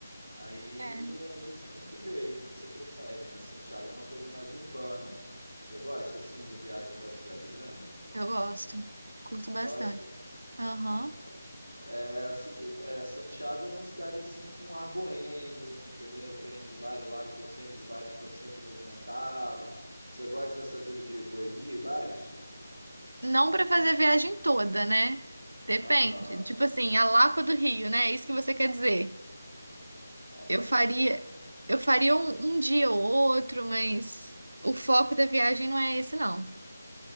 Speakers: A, on the right; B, on the right.
A: Aí,
B: É.
A: aí você tem que ver aí o que que você prefere, né? Santiago é uma coisa mais urbana. Você gosta, assim, de viagem para cidade grande?
B: Eu gosto. Curto bastante.
A: Gosta?
B: Aham.
A: Ah, então. É, a cida- é, Santiago é uma cidade assim com ar boêmio, entendeu? Tem uns bares lá que estão sempre, os bares estão sempre movimentados. Você gosta dessa vida de boemia e bares?
B: Não para fazer a viagem toda, né? Depende.
A: Aham.
B: Tipo assim, a Lapa do Rio, né? É isso que você quer dizer.
A: É,
B: Eu
A: não,
B: faria, eu faria um, um dia ou outro, mas o foco da viagem não é esse, não.